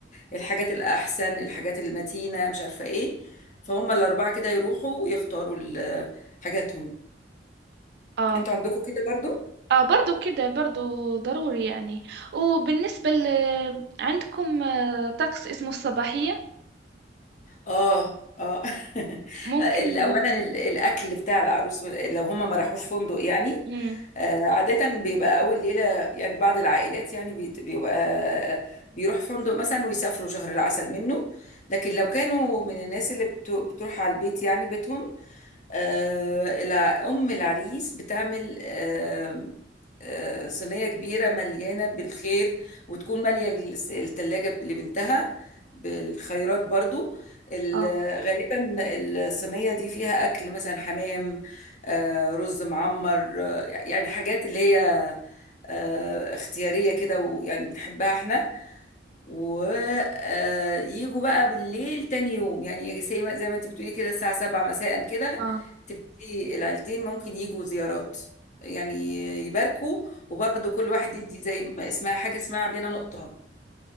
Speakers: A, on the left; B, on the right.
A: الحاجات الأحسن الحاجات المتينة مش عارفة إيه فهم الأربعة كده يروحوا يختاروا ال- حاجاتهم
B: اه
A: أنتوا عندكم كده برضو؟
B: اه برضو كده برضو ضروري يعني وبالنسبة ل... عندكم آه، طقس اسمه الصباحية
A: اه اه <laughs>
B: ممكن
A: ال- اولا ال- الاكل بتاع العروس وال- لو هم ما راحوش فندق يعني
B: مم.
A: آه، عادة بيبقى أول ليلة يعني بعض العائلات يعني بيت- بيبقى آه، بيروح فندق مثلا ويسافروا شهر العسل منه لكن لو كانوا من الناس اللي بت- بتروح على البيت يعني بيتهم آه، الع- أم العريس بتعمل آه، آه، صينية كبيرة مليانة بالخير وتكون مالية الس- التلاجة لبنتها بالخيرات برضو ال-
B: اه
A: غالبا الصينية دي فيها أكل مثلا حمام آه، رز معمر آه، يعني حاجات اللي هي آه، اختيارية كده ويعني بنحبها احنا ويجوا بقى بالليل تاني يوم يعني يجي زي ما زي ما انت بتقولي كده الساعة 7 مساء كده
B: اه
A: تبتدي العيلتين ممكن يجوا زيارات يعني يباركوا وبرضه كل واحد يدي زي ما اسمها حاجة اسمها عندنا نقطة